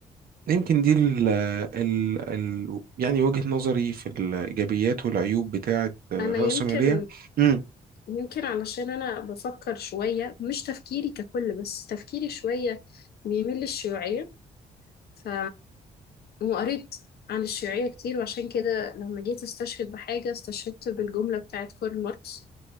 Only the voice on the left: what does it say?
انا يمكن
يمكن علشان انا بفكر شوية مش تفكيري ككل بس تفكيري شوية بيميل للشيوعية ف وقريت عن الشيوعية كتير وعشان كده لما جيت استشهد بحاجة استشهدت بالجملة بتاعت كارل ماركس